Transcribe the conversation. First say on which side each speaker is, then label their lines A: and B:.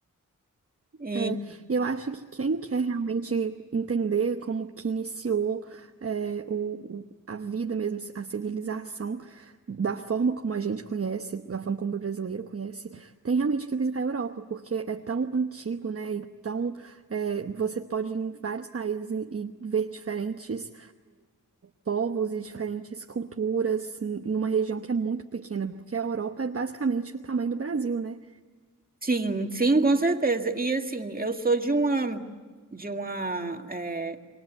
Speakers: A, on the right; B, on the right.
A: E
B: É, e eu acho que quem quer realmente entender como que iniciou é, o, o- a vida mesmo, a civilização, da forma como a gente conhece, da forma como o brasileiro conhece, tem realmente que visitar a Europa, porque é tão antigo, né? E tão, é, você pode ir em vários países e, e ver diferentes povos e diferentes culturas n- numa região que é muito pequena, porque a Europa é basicamente o tamanho do Brasil, né?
A: sim, sim, com certeza. E assim, eu sou de uma de uma é,